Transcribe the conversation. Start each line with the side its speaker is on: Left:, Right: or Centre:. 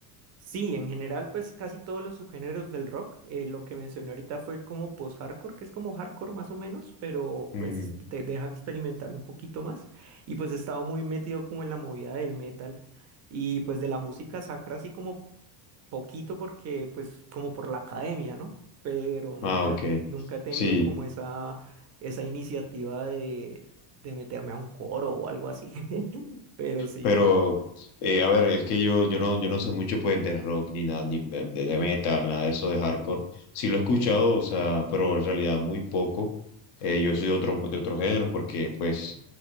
Right: Sí, en general, pues casi todos los subgéneros del rock. eh, lo que mencioné ahorita fue como post-hardcore, que es como hardcore más o menos, pero
Left: Ujú.
Right: pues de- deja experimentar un poquito más. Y pues he estado muy metido como en la movida del metal y pues de la música sacra así como poquito porque pues como por la academia, ¿no? Pero nunca,
Left: Ah, ok.
Right: nunca he tenido
Left: Sí,
Right: como esa, esa iniciativa de, de meterme a un coro o algo así. <laughs> Pero sí.
Left: pero eh, a ver, es que yo, yo no, yo no sé mucho pues de rock ni nada, ni de, de- de metal, nada de eso de hardcore. Sí lo he escuchado, o sea, pero en realidad muy poco. Eh, yo soy de otro, de otro género porque pues